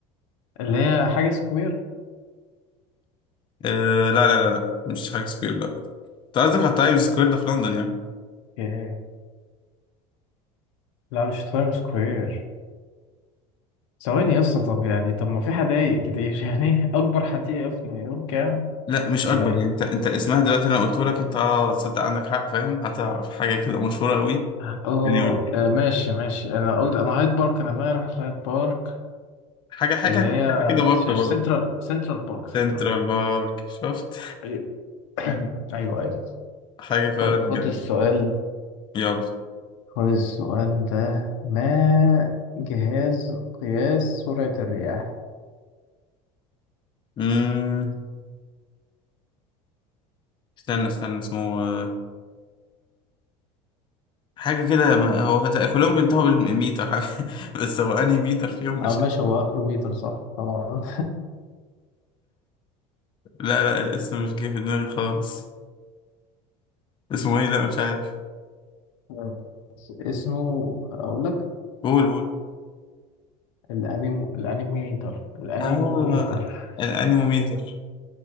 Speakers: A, on the left; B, on the left.
A: اللي هي حاجة سكوير
B: آه لا لا لا لا مش حاجة سكوير لا انت قصدك على تايمز سكوير ده في لندن يعني
A: إيه؟ لا مش تايم سكوير ثواني يا اسطى طب يعني طب ما في حدايق كتير <laughs> يعني أكبر حديقة في نيويورك يعني
B: لا مش
A: ولا
B: اكبر
A: إيه؟
B: يعني انت انت اسمها دلوقتي انا قلت لك انت اه تصدق عندك حق فاهم هتعرف حاجة كده مشهورة قوي
A: اه
B: في نيويورك
A: آه، ماشي ماشي انا قلت انا هايد بارك انا دماغي راحت هايد بارك
B: حاجة حاجة
A: اللي هي
B: حاجة كده بارك برضه
A: سنترال سنترال بارك سنترال
B: سنترال بارك شفت
A: طيب. <clears throat> ايوه ايوه
B: <laughs> حاجة فعلا
A: طيب
B: جامدة
A: خد السؤال
B: يلا
A: خد السؤال ده ما جهاز قياس سرعة الرياح
B: امم استنى استنى اسمه آه، حاجة كده ما- هو فت- كلهم بينتهوا بالميتر <laughs> بس هو انهي ميتر فيهم مش
A: او ماشي
B: <laughs>
A: هو اخره متر صح طبعا
B: لا لا الاسم مش جاي في دماغي خالص اسمه ايه لا مش عارف
A: <laughs> بس اسمه اقول لك
B: قول قول
A: الانيمو الانيميتر الانيموميتر
B: آه الأنيموميتر